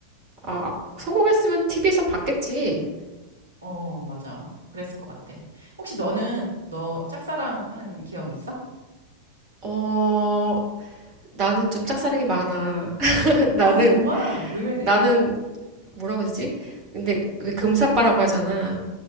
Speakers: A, on the right (about 40°); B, on the right (about 70°).
A: 아, 성공했으면 TV에서 봤겠지.
B: <laughs> 어, 맞아. 그랬을 것 같아. 혹시 너는 너 짝사랑한 기억 있어?
A: 어, 나는 좀 짝사랑이 많아. <laughs> 나는,
B: 아, 정말 의외네.
A: 나는, 뭐라고 그러지? 근데 왜 금사빠라고 하잖아.